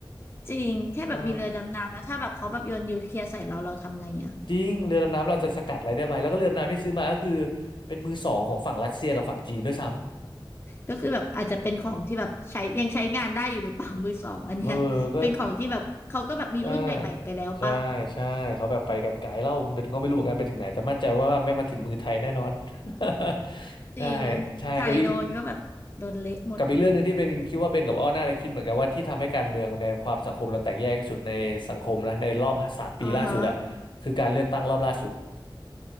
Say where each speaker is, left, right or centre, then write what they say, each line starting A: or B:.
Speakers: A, on the left (about 30°); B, on the left (about 65°).
A: จริงแค่แบบมีเรือดำน้ำแล้วถ้าแบบเขาแบบโยนนิวเคลียร์ใส่เราเราทำไงอ่ะ
B: เออจริงเรือดำน้ำเราจะสกัดอะไรได้ไหมแล้วก็เรือดำน้ำที่ซื้อมาก็คือเป็นมือสองของฝั่งรัสเซียกับฝั่งจีนด้วยซ้
A: ก็คือแบบอาจจะเป็นของที่แบบใช้ยังใช้งานได้อยู่หรือเปล่ามือสองอันเนี้ยเป็นของที่แบบเขาก็แบบมีรุ่นใหม่ๆไปแล้วปะ
B: ำเออก็ ใช่ใช่ใช่เขาแบบไปกันไกลเล่าเป็นก็ไม่รู้เหมือนกันไปถึงไหนแต่มั่นใจว่าไม่มาถึงมือไทยแน่นอน <laughs>
A: จริง
B: ใช่ใช่กับอีก
A: ใครโดนก็แบบโดนเละหมด
B: กับอีกเรื่องหนึงที่เบนคิดว่าเบนกับอ้อน่าจะคิดเหมือนกันว่าที่ทำให้การเมืองในความสังคมเราแตกแยกที่สุดในสังคมนะในรอบสามปีล่าสุดอะคือการเลือกตั้งรอบล่าสุด
A: อ่าฮะ